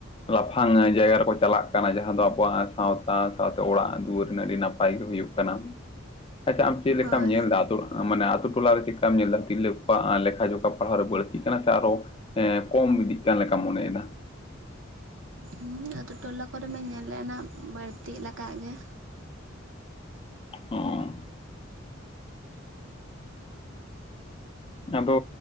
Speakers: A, on the left; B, on the right.
A: ᱞᱟᱯᱷᱟᱝ ᱡᱟᱭᱜᱟ ᱨᱮᱠᱚ ᱪᱟᱞᱟᱜ ᱠᱟᱱᱟ, ᱡᱟᱦᱟᱸ ᱫᱚ ᱟᱵᱚᱣᱟᱜ ᱥᱟᱶᱛᱟ ᱥᱟᱶᱛᱮ ᱚᱲᱟᱜ ᱫᱩᱣᱟᱹᱨ ᱨᱮᱱᱟᱜ ᱟᱹᱰᱤ ᱱᱟᱯᱟᱭ ᱜᱮ ᱦᱩᱭᱩᱜ ᱠᱟᱱᱟ ᱾ ᱟᱪᱪᱷᱟ ᱟᱢ ᱪᱮᱫ ᱞᱮᱠᱟᱢ
B: ᱦᱳᱭ
A: ᱧᱮᱞᱫᱟ ᱟᱛ ᱢᱟᱱᱮ ᱟᱛᱳ ᱴᱚᱞᱟᱮ ᱪᱮᱫᱠᱟᱢ ᱧᱮᱞᱫᱟ, ᱛᱤᱨᱞᱟᱹ ᱠᱚᱣᱟᱜ ᱞᱮᱠᱷᱟ ᱡᱚᱠᱷᱟ ᱯᱟᱲᱦᱟᱣ ᱨᱮ ᱵᱟᱹᱲᱛᱤᱜ ᱠᱟᱱᱟ ᱥᱮ ᱟᱨᱚ ᱥᱮ ᱠᱚᱢ ᱤᱫᱤᱜ ᱠᱟᱱ ᱞᱮᱠᱟᱢ ᱢᱚᱱᱮᱭᱮᱫᱟᱰ᱾
B: ᱦᱩᱸ ᱟᱛᱳ ᱴᱚᱞᱟ ᱠᱚᱨᱮ ᱢᱟ ᱧᱮᱞᱮᱜᱼᱟ ᱱᱟᱜ ᱵᱟᱹᱲᱛᱤᱜ ᱜᱮ᱾
A: ᱚᱸ ᱟᱫᱚ